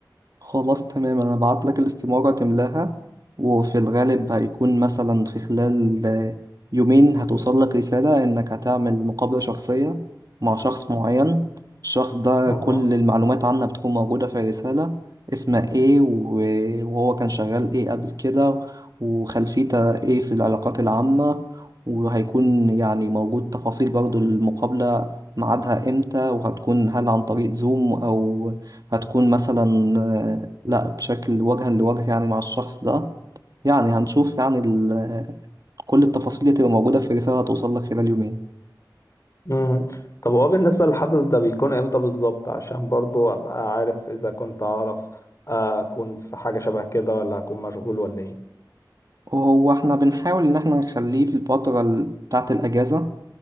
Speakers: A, on the right (about 55°); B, on the left (about 45°).
A: خلاص تمام انا هبعت لك الاستمارة تملاها وفي الغالب هيكون مثلا في خلال آه، يومين هتوصل لك رسالة انك هتعمل مقابلة شخصية مع شخص معين الشخص ده
B: أها
A: كل المعلومات عنه بتكون موجودة في الرسالة اسمه ايه و- وهو كان شغال ايه قبل كده وخلفيته ايه في العلاقات العامة وهيكون يعني موجود تفاصيل برضو المقابلة ميعادها امتى وهتكون هل عن طريق زوم او هتكون مثلا آه، لا بشكل وجها لوجه يعني مع الشخص ده يعني هنشوف يعني ال- آه، كل التفاصيل اللي تبقى موجودة في رسالة هتوصل لك خلال يومين
B: مم. طب هو بالنسبة للحدث ده بيكون إمتى بالظبط عشان برضو أبقى عارف إذا كنت أعرف آه، أكون في حاجة شبه كده ولا أكون مشغول ولا إيه
A: وهو احنا بنحاول ان احنا نخليه في الفترة ال- بتاعة الأجازة